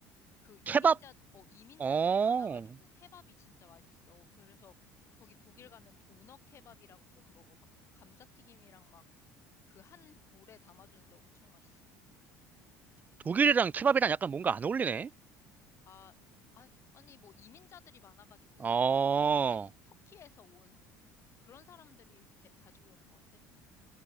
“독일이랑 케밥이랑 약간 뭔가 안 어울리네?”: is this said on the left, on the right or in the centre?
Right